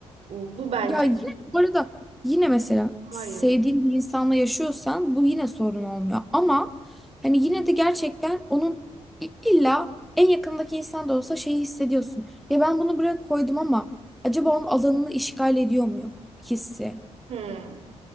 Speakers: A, on the right; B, in the centre.
A: Bu bence
B: Ya yine bu arada yine mesela
A: hayır.
B: sevdiğin bir insanla yaşıyorsan bu yine sorun olmuyor. Ama hani yine de gerçekten onun i- illa en yakındaki insan da olsa şeyi hissediyorsun. Ya ben bunu buraya koydum ama acaba onun alanını işgal ediyor muyum hissi?
A: Hmm.